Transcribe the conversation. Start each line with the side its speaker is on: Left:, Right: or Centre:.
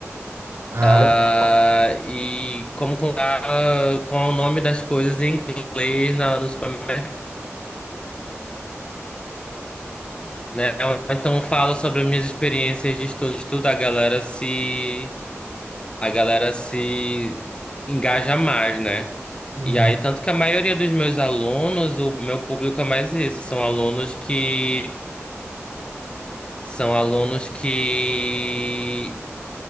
Right: Ah,
Left: Ah,
Right: legal.
Left: e como comprar ah, qual é o nome das coisas em inglês na, no supermercado. né? Então fala sobre as minhas experiências de estudo. Estudo, a galera se a galera se engaja mais, né?
Right: Uhum.
Left: E aí, tanto que a maioria dos meus alunos, o meu público é mais isso, são alunos que são alunos que